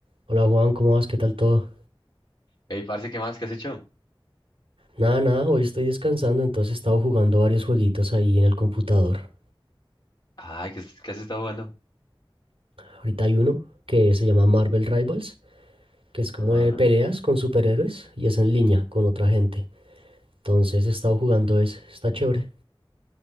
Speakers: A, on the right; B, on the left.
A: Hola Juan, ¿cómo vas? ¿Qué tal todo?
B: Ey, parce, ¿qué más? ¿Qué has hecho?
A: Nada, nada, hoy estoy descansando, entonces he estado jugando varios jueguitos ahí en el computador.
B: Ay, ¿qué, has qué has estado jugando?
A: Ahorita hay uno que se llama Marvel Rivals, que es como
B: Ajá.
A: de peleas con superhéroes y es en línea con otra gente. Entonces he estado jugando ese, está chévere.